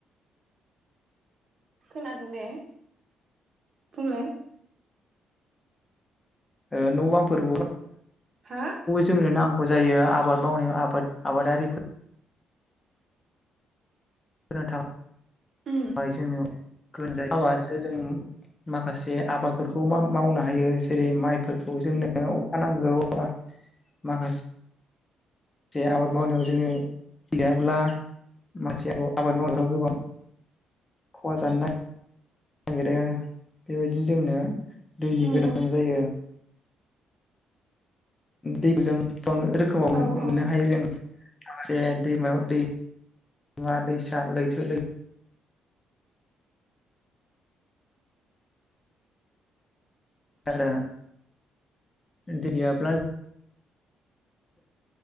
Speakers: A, on the right; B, on the left.
A: खोनादों दे बुंलाय
B: ओ न' बां <unintelligible>
A: हा
B: जोंनो नां गौ जायो आबाद मावनायाव आबाद आबादारिफोद <unintelligible>
A: उम
B: जों <unintelligible> अखा हाबासो जों माखासे आबादफोरखौ मा मावनो हायो जेरै माइफोरखौ जोंनो अखा नांगौ माखासे आबाद मावनायाव जोङो गैयाब्ला मासे आबाद मावनायाव गोबां खहा जानो ना नायगेरो <unintelligible> बेबायदिनो जोंनो दैनि
A: नंगौ
B: गोनां जायो दैखौ जों बां रोखोमाव
A: औ
B: मोननो
A: औ
B: हायो जों खासे दैमायाव <unintelligible> दैसा लैथो लै आरो दै गैयाब्ला